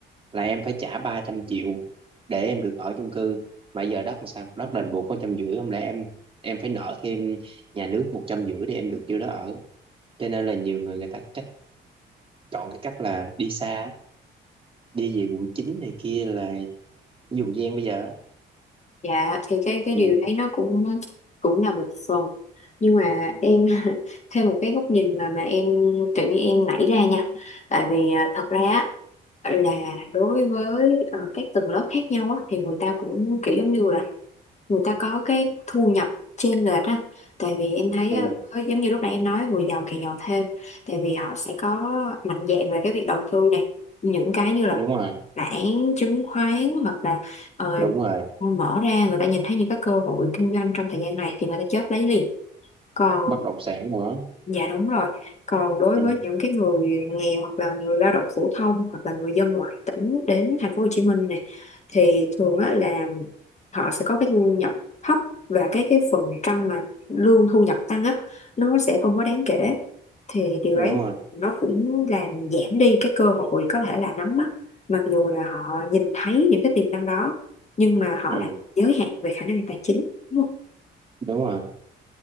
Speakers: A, on the right; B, on the left.
A: là em phải trả 300 triệu để em được ở chung cư mà giờ đất làm sao đất đền bù có trăm rưỡi không lẽ em em phải nợ thêm nhà nước một trăm rưỡi để em được vô đó ở cho nên là nhiều người người ta cách chọn cái cách là đi xa đi về quận 9 này kia là dùng gian bây giờ á.
B: dạ thì cái cái
A: ừ.
B: điều đấy nó cũng cũng là một phần nhưng mà em <laughs> thêm một cái góc nhìn mà mà em tự nhiên em nảy ra nha tại vì à, thật ra á, là đối với ờ, các tầng lớp khác nhau á, thì người ta cũng kiểu giống như là người ta có cái thu nhập chênh lệch á tại vì em thấy
A: ừ
B: á, giống như lúc nãy em nói người giàu càng giàu thêm tại vì họ sẽ có mạnh dạn về cái việc đầu tư này những cái như là
A: đúng rồi
B: bản chứng khoán hoặc là ờ,
A: đúng rồi
B: mở ra người ta nhìn thấy những cái cơ hội kinh doanh trong thời gian này thì người ta chớp lấy liền còn
A: bất động sản nữa
B: Dạ đúng rồi. Còn đối
A: ừ
B: với những cái người nghèo hoặc là người lao động phổ thông hoặc là người dân ngoại tỉnh đến thành phố Hồ Chí Minh này thì thường á, là họ sẽ có cái thu nhập thấp và cái cái phần trăm mà lương thu nhập tăng á nó sẽ không có đáng kể. Thì điều
A: đúng
B: đấy
A: rồi
B: nó cũng làm giảm đi cái cơ hội có thể là nắm bắt mặc dù là họ nhìn thấy những cái tiềm năng đó nhưng mà họ
A: ừ
B: lại giới hạn về khả năng tài chính. Đúng
A: đúng rồi